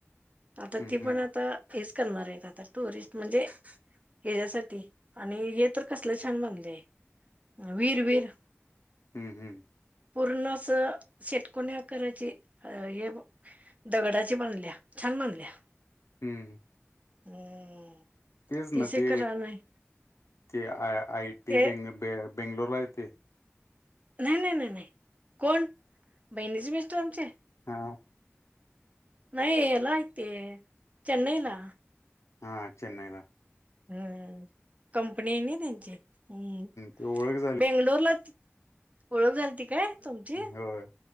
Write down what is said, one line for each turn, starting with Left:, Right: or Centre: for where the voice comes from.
Right: आता
Left: हम्म
Right: ती
Left: हम्म
Right: पण आताऽ हेच करणार हायत आता टुरिस्ट म्हजेऽ हच्यासाठी,, आणि हे तर कसल छान बांधलय,, हे,, व्हीर व्हिर
Left: हम्म, हम्म,
Right: पूर्ण अस, शेटकोण्या आकारायची,, हेऽ दगडाची बांधल्या,, छान बांधल्या.
Left: हम्म,
Right: हम्म,
Left: तेच
Right: तीस
Left: ना ते,,
Right: एकर रान आहे
Left: ते,, आ आय टी,,
Right: ते
Left: बंग, बेंगलोरला आहे ती.
Right: नाही, नाही, नाही, नाही, कोण,, बहिणीचे मिस्टर आमचे.
Left: हां,
Right: नाही,, हला हाईत ते,, चेनईला.
Left: हा चेनईदा
Right: हम्म कंपनी आहे ना त्यांची हम्म
Left: ते ओळख झाली
Right: बेंगलोरला ओळख झाली त काय तुमची हा
Left: होय